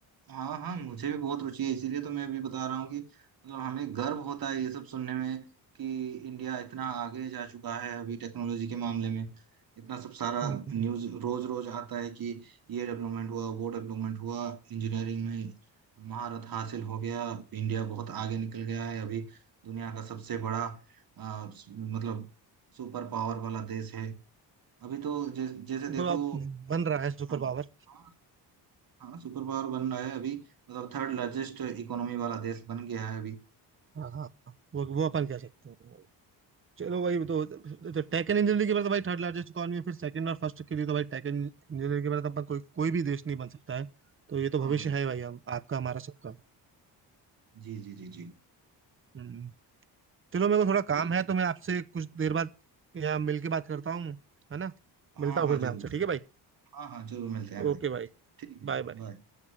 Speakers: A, on the right (about 55°); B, on the right (about 30°).
A: हाँ हाँ मुझे भी बहुत रुचि है इसीलिए तो मैं भी बता रहा हूँ कि मतलब हमें गर्व होता है ये सब सुनने में कि इंडिया इतना आगे जा चुका है अभी टेक्नोलॉजी के मामले में इतना सब सारा
B: हम्म।
A: न्यूज़ रोज रोज आता है कि ये डेवलपमेंट हुआ वो डेवलपमेंट हुआ इंजीनियरिंग में महारत हासिल हो गया इंडिया बहुत आगे निकल गया है अभी दुनिया का सबसे बड़ा आ, स- मतलब सुपर पावर वाला देश है अभी तो जै, जैसे
B: सुपर
A: देखो
B: पावर बन रहा है सुपर
A: हाँ हाँ,
B: पावर
A: हाँ सुपर पावर बन रहा है अभी मतलब थर्ड लार्जेस्ट इकोनॉमी वाला देश बन गया है अभी
B: हाँ हाँ हाँ, वो वो अपन कह सकते हैं चलो
A: हाँ
B: भाई तो, तो टेक एंड इंजीनियरिंग के बाद तो भाई थर्ड लार्जेस्ट इकॉनमी है फिर सेकंड और फर्स्ट के लिए तो भाई टेक एंड इंजीनियरिंग के बाद अपन कोई कोई भी देश नहीं बन सकता है तो ये तो
A: हाँ
B: भविष्य
A: भाई
B: है भाई हम आपका हमारा सबका
A: जी जी जी जी
B: हम्म। चलो मेरे को थोड़ा काम
A: ये-
B: है तो मैं आपसे कुछ देर बाद यहाँ मिल के बात करता हूँ है ना
A: हाँ
B: मिलता हूँ
A: हाँ
B: फिर मैं
A: जरूर
B: आपसे
A: जरूर
B: ठीक है भाई
A: हाँ हाँ जरूर मिलते हैं भाई
B: ओके भाई
A: ठीक
B: Bye
A: है
B: bye
A: bye।